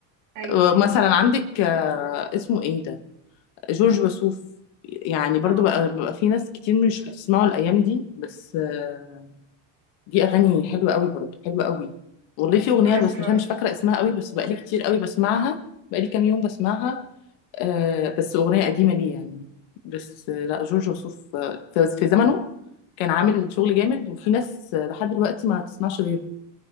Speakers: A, on the right; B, on the left.
A: أيوه
B: مثلا عندك آه، اسمه ايه ده جورج وسوف يعني برضو
A: اه
B: بقى, بقى في ناس كتير مش بتسمعه الايام دي بس آه، دي اغاني حلوه قوي برضه حلوه قوي والله في اغنيه
A: بسمع
B: بس مش مش فاكره اسمها قوي بس بقالي كتير قوي بسمعها بقالي كام يوم بسمعها آه بس اغنيه قديمه ليه يعني بس آه لا جورج وسوف آه في في زمنه كان عامل
A: اه
B: شغل جامد وفي ناس آه لحد دلوقتي ما تسمعش غيره